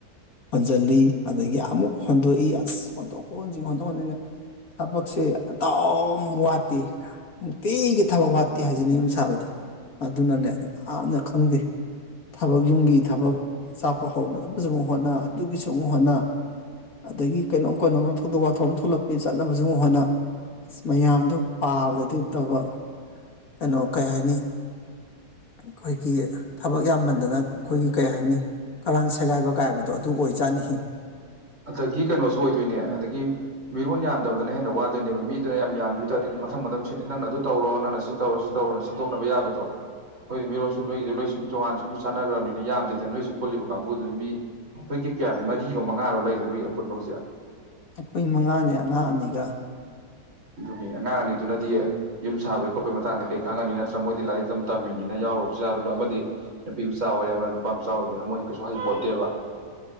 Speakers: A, on the left (about 65°); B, on the right (about 50°).
A: ꯍꯣꯟꯖꯤꯜꯂꯤ ꯑꯗꯒꯤ ꯑꯃꯨꯛ ꯍꯣꯟꯗꯣꯛꯏ ꯑꯁ ꯍꯣꯟꯗꯣꯛ ꯍꯣꯟꯖꯤꯟ ꯍꯣꯟꯗꯣꯛ ꯍꯣꯟꯖꯤꯟ ꯊꯕꯛꯁꯦ ꯑꯗꯨꯝ ꯋꯥꯠꯇꯦ ꯅꯨꯡꯇꯤꯒꯤ ꯊꯕꯛ ꯋꯥꯠꯇꯦ ꯍꯥꯏꯖꯅꯤ ꯌꯨꯝ ꯁꯥꯕꯗ ꯑꯗꯨꯅꯅꯦ ꯌꯥꯝꯅ ꯈꯪꯗꯦ ꯊꯕꯛ ꯌꯨꯝꯒꯤ ꯊꯕꯛ ꯆꯥꯞꯄ ꯍꯧꯕꯖꯃꯨꯛ ꯍꯣꯅ ꯑꯗꯨꯒꯤꯁꯨ ꯑꯃꯨꯛ ꯍꯣꯠꯅ ꯑꯗꯒꯤ ꯀꯩꯅꯣꯝ ꯀꯩꯅꯣꯝ ꯗꯣꯛ ꯋꯥꯊꯣꯛ ꯑꯃ ꯊꯣꯛꯂꯛꯄꯩ ꯆꯠꯅꯕꯁꯨ ꯍꯣꯠꯅ ꯑꯁ ꯃꯌꯥꯝꯗꯨ ꯄꯥꯕꯗꯗꯤ ꯑꯝꯇꯕ ꯀꯩꯅꯣ ꯀꯩ ꯍꯥꯏꯅꯤ ꯑꯩꯈꯣꯏꯒꯤ ꯊꯕꯛ ꯌꯥꯝꯃꯟꯗꯅ ꯑꯩꯈꯣꯏꯒꯤ ꯀꯩ ꯍꯥꯏꯅꯤ ꯀꯔꯥꯡ ꯁꯦꯒꯥꯏꯕ ꯀꯥꯏꯕꯗꯣ ꯑꯗꯨ ꯑꯣꯏꯖꯥꯠꯅꯤꯏ
B: ꯑꯗꯒꯤ ꯀꯩꯅꯣꯁꯨ ꯑꯣꯏꯗꯣꯏꯅꯦ ꯑꯗꯒꯤ ꯃꯤꯔꯣꯟ ꯌꯥꯝꯗꯕꯗꯅ ꯍꯦꯟꯅ ꯋꯥꯗꯣꯏꯅꯦꯕ ꯃꯤꯗꯨꯅ ꯌꯥꯝꯈꯤꯕ ꯇꯥꯔꯗꯤ ꯑꯗꯨ ꯃꯊꯪ ꯃꯊꯪ ꯅꯪꯅ ꯑꯗꯨ ꯇꯧꯔꯣ ꯅꯪꯅ ꯁꯤ ꯇꯧꯔꯣ ꯁꯤ ꯇꯧꯔꯣꯅ ꯁꯤꯟꯗꯣꯛꯅꯕ ꯌꯥꯕꯗꯣ ꯅꯣꯏꯗꯤ ꯃꯤꯔꯣꯟꯁꯨ ꯅꯣꯏꯒꯤꯗ ꯂꯣꯏ ꯁꯨꯝ ꯇꯣꯉꯥꯟꯅ ꯁꯨꯝ ꯆꯥꯟꯅꯈ꯭ꯔꯕꯅꯤꯅ ꯌꯥꯝꯗꯦꯗꯅ ꯅꯣꯏꯁꯨ ꯄꯨꯜꯂꯤꯕ ꯀꯥꯡꯕꯨꯗꯨꯗꯤ ꯃꯤ ꯅꯈꯣꯏꯒꯤ ꯀꯌꯥ ꯃꯔꯤꯔꯣ ꯃꯉꯥꯔꯣ ꯂꯩꯗꯣ ꯅꯣꯏ ꯑꯄꯨꯟꯕ ꯍꯧꯖꯤꯛ
A: ꯑꯩꯈꯣꯏ ꯃꯉꯥꯅꯦ ꯑꯉꯥꯡ ꯑꯅꯤꯒ
B: ꯑꯗꯨꯅꯤ ꯑꯉꯥꯡ ꯑꯅꯤꯗꯨꯅꯗꯤ ꯌꯨꯝ ꯁꯥꯕꯩ ꯈꯣꯠꯄꯒꯤ ꯃꯇꯥꯡꯗ ꯀꯩ ꯈꯪꯉꯅꯤ ꯅꯠꯇ꯭ꯔ ꯃꯣꯏꯗꯤ ꯂꯥꯏꯔꯤꯛꯇꯁꯨ ꯑꯗꯨꯝ ꯇꯝꯃꯤꯕꯅꯤꯅ ꯌꯥꯎꯔꯨꯨꯔꯁꯨ ꯌꯥꯔꯨꯅꯨ ꯑꯃꯗꯤ ꯅꯨꯄꯤ ꯃꯆꯥ ꯑꯣꯏꯔ ꯑꯃꯅ ꯅꯨꯄꯥ ꯃꯆꯥ ꯑꯣꯏꯔꯕꯅꯤꯅ ꯃꯣꯏ ꯀꯩꯁꯨ ꯍꯩꯄꯣꯠꯇꯦꯕ